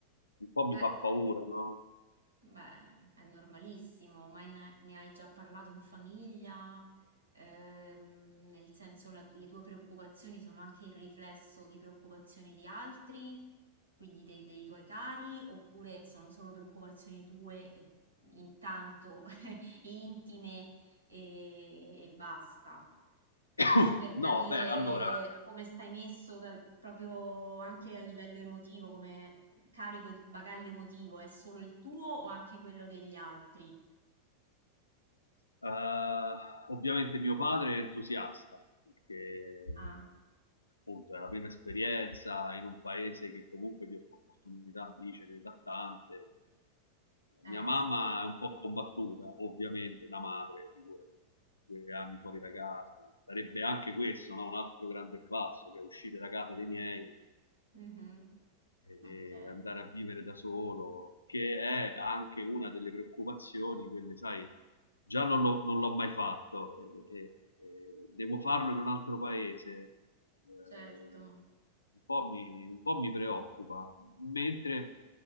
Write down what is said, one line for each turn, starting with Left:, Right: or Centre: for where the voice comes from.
Left: un po' mi
Right: Beh,
Left: fa paura, no?
Right: beh, è normalissimo, ma ne, ne hai già parlato in famiglia, Ehm, nel senso la- le tue preoccupazioni sono anche il riflesso di preoccupazioni di altri, quindi dei, dei tuoi cari, oppure sono solo preoccupazioni tue e intanto <laughs> intime e, e basta.
Left: <coughs>
Right: Giusto per
Left: No,
Right: capire
Left: beh, allora,
Right: come stai messo dal- proprio anche a livello emotivo, come carico di bagaglio emotivo, è solo il tuo o anche quello degli altri?
Left: Uh, ovviamente mio padre è entusiasta perché
Right: Ah,
Left: appunto è la prima esperienza in un paese che comunque di opportunità dice ne dà tante.
Right: eh,
Left: Mia mamma
Right: s-
Left: è un po' combattuta, ovviamente, da madre, figurati, due anni fuori da casa. Sarebbe anche questo no? un altro grande passo, cioè uscire da casa dei miei
Right: mhm,
Left: e,
Right: ok,
Left: e andare a vivere da solo, che è anche una delle preoccupazioni, quelle, sai, già non l'ho, non l'ho mai fatto, e, e- e devo farlo in un altro paese, eh,
Right: certo,
Left: un po' mi, un po' mi preoccupa, mentre